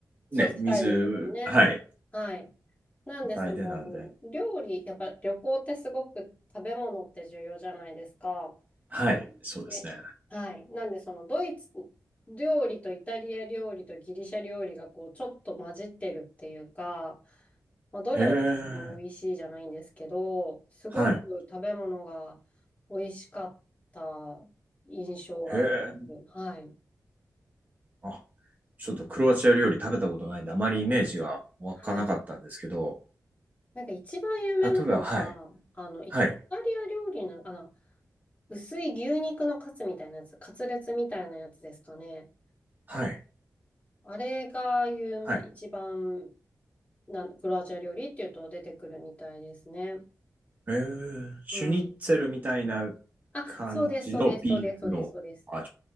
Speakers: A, on the left; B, on the right.
A: そうです。
B: ね、水、
A: 近いですもんね。
B: はい、
A: はい。なんで、
B: 与えてなんで。
A: その、料理、やっぱ旅行ってすごく食べ物って重要じゃないですか。
B: はい、そうですね。
A: ね。はい。なんで、その、ドイツ料理とイタリア料理とギリシャ料理が、こう、ちょっと混じってるっていうか、まあ、どれをとっても美味しいじゃないんですけど、
B: へえ、
A: すごく食べ物が美味しかった印象があります。
B: はい、へえ、
A: はい。
B: あ、ちょっとクロアチア料理食べたことないんで、あまりイメージが湧かなかったんですけど、
A: はい。なんか一番有名なのが、
B: 例えば、はい、
A: あの、イタリア料理の、
B: はい、
A: あの、薄い牛肉のカツみたいなやつ、カツレツみたいなやつですかね。
B: はい、
A: あれが有名、
B: はい。
A: 一番なん、クロアチア料理っていうと出てくるみたいですね。
B: えー、シュニッツェルみたいな
A: うん。あ、
B: 感じのビーフのバージ
A: そうです、そうです、そうです、そうです、そうです。